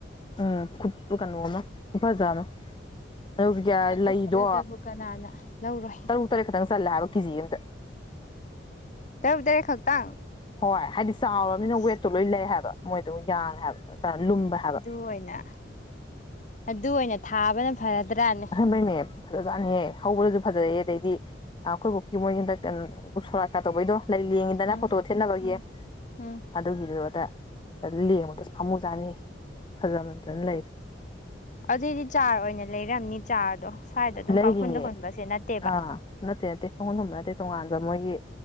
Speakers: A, on the left (about 25°); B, on the left (about 40°).
A: ꯎꯝ ꯈꯨ ꯀꯩꯅꯣꯃꯥ ꯈꯨꯐꯖꯥ ꯑꯃ ꯑꯗꯨꯒ ꯀ꯭ꯌꯥꯏ
B: ꯑꯗꯨ
A: ꯂꯩꯗꯣ
B: ꯀꯠꯂꯗꯕꯨ ꯀꯅꯥꯅ ꯂꯧꯔꯣꯏ
A: ꯇꯔꯨꯛ ꯇꯔꯦꯠ ꯈꯛꯇꯪ ꯆꯜꯂꯦ ꯍꯥꯏꯕ ꯀꯦꯖꯤ ꯑꯃꯗꯥ
B: ꯇꯔꯨꯛ ꯇꯔꯦꯠ ꯈꯛꯇꯪ?
A: ꯍꯣꯏ ꯍꯥꯏꯗꯤ ꯆꯥꯎꯔꯕꯅꯤꯅ
B: ꯑꯁ
A: ꯋꯦꯠꯇꯣ ꯂꯣꯏ ꯂꯩ ꯍꯥꯏꯕ ꯃꯣꯏꯗꯣ ꯌꯥꯡꯉꯦ ꯍꯥꯏꯕ ꯀꯥ ꯂꯨꯝꯕꯩ ꯍꯥꯏꯕ
B: ꯍꯣꯏꯅꯥ ꯑꯗꯨ ꯑꯣꯏꯅ ꯊꯥꯕꯅ ꯐꯥꯔꯗ꯭ꯔꯥꯟ
A: <unintelligible> ꯅꯦ ꯐꯖꯥꯠꯅꯦꯍꯦ ꯍꯧꯕꯗꯁꯨ ꯐꯖꯩꯑꯦ ꯑꯗꯩꯗꯤ ꯑꯩꯈꯣꯏ ꯕꯨꯀꯤ ꯃꯣꯏꯒꯤꯗ ꯎꯁꯣꯔꯥꯠꯀ ꯇꯧꯕꯩꯗꯣ ꯂꯩ ꯂꯦꯡꯉꯤꯗꯅ
B: ꯎꯝ
A: ꯐꯣꯇꯣ ꯊꯦꯠꯅꯕꯒꯤ
B: ꯎꯝ ꯎꯝ
A: ꯑꯗꯨꯒꯤꯗꯨ ꯑꯗ ꯂꯦꯡꯕꯗꯁꯨ ꯐꯃꯨ ꯆꯥꯅꯤ ꯐꯖꯃꯖꯅ ꯂꯩꯗꯣ
B: ꯑꯗꯨꯏꯗꯤ ꯆꯥꯔ ꯑꯣꯏꯅ ꯂꯩꯔꯝꯅꯤ ꯆꯥꯔꯗꯣ ꯁ꯭ꯋꯥꯏꯗ ꯑꯗꯨꯝ
A: ꯂꯩꯔꯤꯅꯦ
B: ꯄꯥꯡꯈꯨꯟꯗ ꯍꯨꯟꯕꯁꯦ ꯅꯠꯇꯦꯕ
A: ꯑꯥ ꯅꯠꯇꯦ ꯅꯠꯇꯦ ꯈꯣꯡꯒꯟ ꯍꯨꯝꯕ ꯅꯠꯇꯦ ꯇꯣꯉꯥꯟꯕ ꯃꯣꯏꯒꯤ